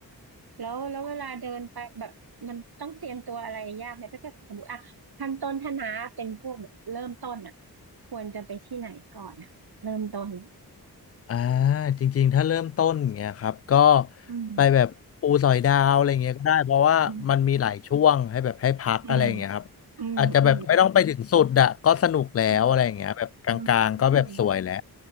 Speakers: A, on the right (about 75°); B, on the left (about 40°).
A: แล้วแล้วเวลาเดินไปแบบมันต้องเตรียมตัวอะไรยากไหมถ้าเกิดสมมติอ่ะขั้นต้นถ้าน้าเป็นพวกแบบเริ่มต้นอ่ะควรจะไปที่ไหนก่อนอ่ะเริ่มต้นอ่ะ
B: อ่าจริงๆถ้าเริ่มต้นอย่างเงี้ยครับก็
A: อืม
B: ไปแบบปูสอยดาวอะไรเงี้ยก็ได้เพราะว่ามันมีหลายช่วงให้แบบให้พักอะไรอย่างเงี้ยครับ
A: อืมอืมอืมอืม
B: อาจจะแบบไม่ต้องไปถึงสุดอะก็สนุกแล้วอะไรอย่างเงี้ยแบบกลางๆก็แบบสวยแล้ว
A: อืมอืมอืม